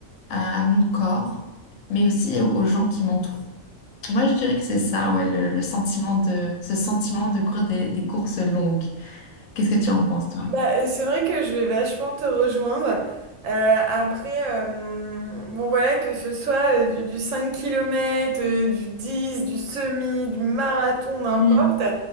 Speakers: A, on the left; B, on the right.
A: à, à mon corps, mais aussi aux, gens qui m'entourent. Moi, je dirais que c'est ça, ouais, le, le sentiment de, ce sentiment de courir des, des courses longues. Qu'est-ce que tu en penses, toi?
B: Bah, euh, c'est vrai que je vais vachement te rejoindre. Euh, après, euh, bon voilà, que ce soit euh, du, du 5 km, euh, du 10, du semi, du marathon, n'importe.
A: Mm,